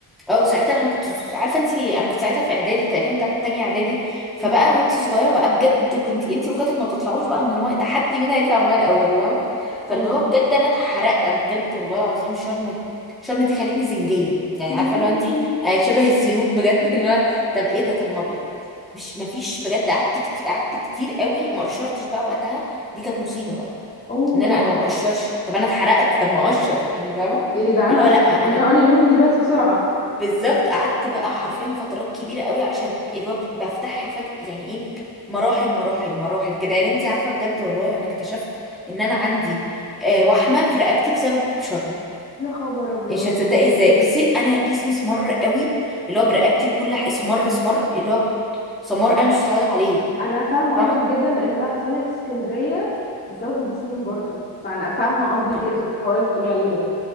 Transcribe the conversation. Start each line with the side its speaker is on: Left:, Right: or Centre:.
Centre: اه وساعتها انا كنت ز- عارفه انت انا كنت ساعتها في اعدادي تقريبا تل- تانية اعدادي فبقى
Left: امم
Centre: وانت صغيره بقى بجد كنت انت واخواتك ما بتطلعوش بقى من المايه تحدي مين هيطلع من المايه الاول فاهمه فاللي
Left: ايوه
Centre: هو بجد انا اتحرقت انا بجد والله العظيم شرم شرم دي خلتني زنجيه يعني
Left: يعني-
Centre: عارفه اللي هو انت آه، شبه الزنوج بجد <laughs> اللي هو طب ايه ده طب ما ب... مش ما فيش بجد قعدت كتير قعدت كتير قوي ما قشرتش بقى وقتها دي كانت مصيبه بقى
Left: اوه
Centre: ان انا انا ما بقشرش طب انا اتحرقت طب ما اقشر يعني فاهمه
Left: يا جدعان
Centre: اللي هو
Left: أس-
Centre: لا
Left: خ-
Centre: انا
Left: رجعوا لي لوني دلوقتي بسرعه
Centre: بالظبط قعدت بقى حرفيا فترات كبيره قوي عشان اللي هو بفتح فجأة يعني ايه مراحل مراحل مراحل كده يعني انت عارفه بجد والله انا اكتشفت ان انا عندي آه وحمه في رقبتي بسبب شرم
Left: يا خبر ابيض
Centre: مش هتصدقي ازاي بصي انا جسمي اسمر قوي اللي هو برقبتي بكل ح- اسمر اسمر اللي هو سمار
Left: انا
Centre: انا مش متعوده عليه
Left: انا فاهمه
Centre: فاهمه
Left: قصدك جدا لان ده حصل لي في اسكندريه بسبب البسين برضو فانا فاهمه قصدك
Centre: ب-
Left: جدا في الحوار اللي انت بتقولي عليه ده